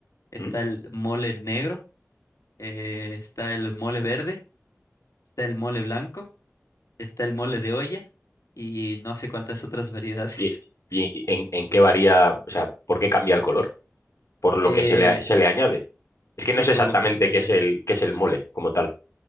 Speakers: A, on the left; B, on the left.
A: está
B: ¿Mm?
A: el mole negro, eh, está el mole verde, está el mole blanco, está el mole de olla y no sé cuántas otras variedades.
B: ¿Y,
A: <laughs>
B: y- en, en qué varía? O sea, ¿por qué cambia el color? Por lo
A: Eh,
B: que se le, a- se le añade. Es
A: sí,
B: que no sé
A: por
B: exactamente
A: lo que se le añade.
B: qué es el, qué es el mole como tal.